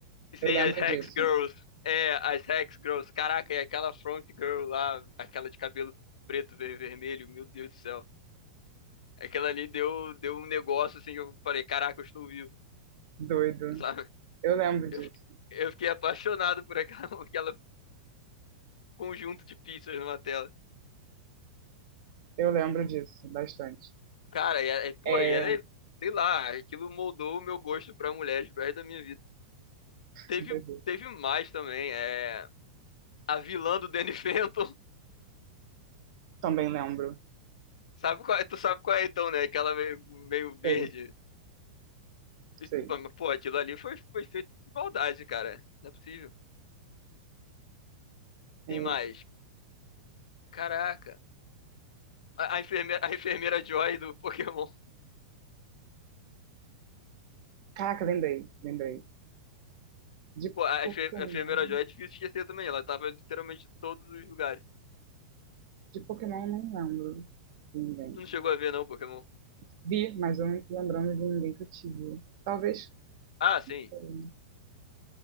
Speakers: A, on the left (about 80°); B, on the right (about 60°).
A: Sim,
B: Eu lembro
A: as Hex
B: disso.
A: Girls. É, as Hex Girls. Caraca, e aquela front girl lá, aquela de cabelo preto, ver- vermelho, meu Deus do céu. Aquela ali deu, deu um negócio assim que eu falei, caraca, eu estou vivo,
B: Doido.
A: <laughs> sabe?
B: Eu lembro
A: Eu,
B: disso.
A: eu fiquei apaixonado por aquela, <laughs> aquela conjunto de pizzas numa tela.
B: Eu lembro disso bastante.
A: Cara, e, é- é, pô,
B: É,
A: e ela, é- sei lá, aquilo moldou o meu gosto pra mulheres pro resto da minha vida. Teve,
B: que doido.
A: teve mais também, é, a vilã do Danny Phantom, <laughs>
B: Também lembro.
A: sabe qual, é- tu sabe qual é então, né? Aquela meio, meio verde.
B: Sei,
A: E,
B: sei.
A: pô, mas, pô, aquilo ali foi, foi feito de maldade, cara. Não é possível.
B: É,
A: Tem mais. Caraca. A, a enfermeira, a enfermeira Joy do Pokémon.
B: Caraca, lembrei, lembrei. De
A: Pô, a
B: Pokémon.
A: enfer- a enfermeira Joy é difícil esquecer também. Ela tava literalmente em todos os lugares.
B: De Pokémon eu não lembro de ninguém.
A: Tu não chegou a ver, não, Pokémon?
B: Vi, mas eu não tô lembrando de ninguém que eu tive. Talvez
A: Ah, sim.
B: foi,